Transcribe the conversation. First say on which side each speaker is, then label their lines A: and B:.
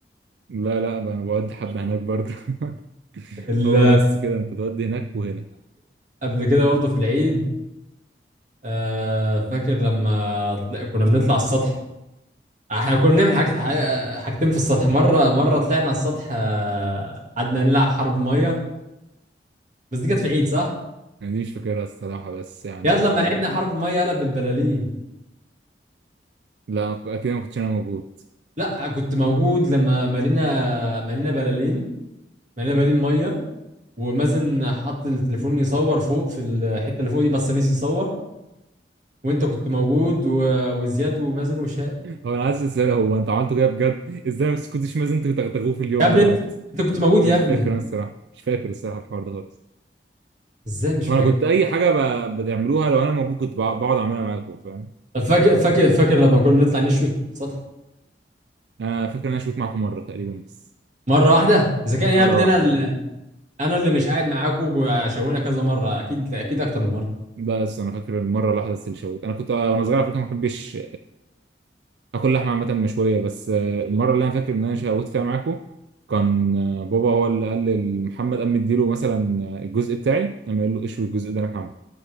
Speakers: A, on the right; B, on the right.
A: لا لا بقى انا بودي حبه هناك برضه <laughs>
B: ال...
A: هو بس كده انت تودي هناك وهنا
B: قبل كده برضو في العيد آه فاكر لما طلع- كنا بنطلع السطح احنا كنا بنعمل حاج... ح- حاجتين في السطح مرة مرة طلعنا على السطح آه، قعدنا نلعب حرب مية بس دي كانت في عيد صح؟
A: انا دي مش فاكرها الصراحه بس يعني
B: ياد لما لعبنا حرب مية يلا بالبلالين
A: لا أنا ك- اكيد ما كنتش انا موجود
B: لا كنت موجود لما مالينا مالينا بلالين مالينا بلالين مية ومازن حط التليفون يصور فوق في الحتة اللي فوق دي بس نسي يصور وانت كنت موجود و... وزياد ومازن وشاء
A: هو انا عايز اسال هو انت عملته كده بجد ازاي ما سكتش مازن انتوا بتغتغوه في اليوم
B: يا ابني
A: دوت
B: انت كنت موجود يا
A: انا مش
B: ابني
A: فاكر انا الصراحه مش فاكر الصراحه الحوار ده خالص
B: ازاي مش فاكر
A: هو انا كنت اي حاجه ب... بتعملوها لو انا موجود كنت بع- بقعد اعملها معاكم فاهم
B: طب فاكر فاكر فاكر لما كنا بنطلع نشوي في السطح
A: انا فاكر ان انا شوت معاكم مره تقريبا بس
B: مرة واحدة اذا كان يا
A: مره
B: ابني
A: واحده
B: انا انا اللي مش قاعد معاكم وشوينا كذا مره اكيد اكيد اكتر من مره
A: بس انا فاكر المره الواحده بس اللي شوت انا كنت وانا صغير على فكره ما بحبش اكل لحمه عامه مشويه بس آه، المره اللي انا فاكر ان انا شوت فيها معاكو كان آه، بابا هو اللي قال لمحمد قام مديله مثلا آه، الجزء بتاعي قام قال له اشوي الجزء ده يا محمد